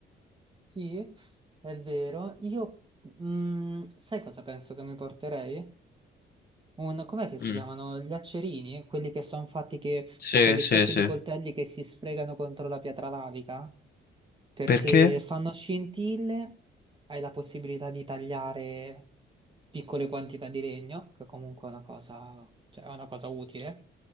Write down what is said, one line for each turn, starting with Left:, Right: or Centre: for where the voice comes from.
Right: Sì, è vero. Io, mm, sai cosa penso che mi porterei? un, com'è che si
Left: Mm,
Right: chiamano? Gli accerini? Quelli che sono fatti che,
Left: Sì,
Right: quelle
Left: sì,
Right: specie
Left: sì.
Right: di coltelli che si sfregano contro la pietra lavica? Perché
Left: Perché?
Right: fanno scintille, hai la possibilità di tagliare piccole quantità di legno, che comunque è una cosa, cioè, è una cosa utile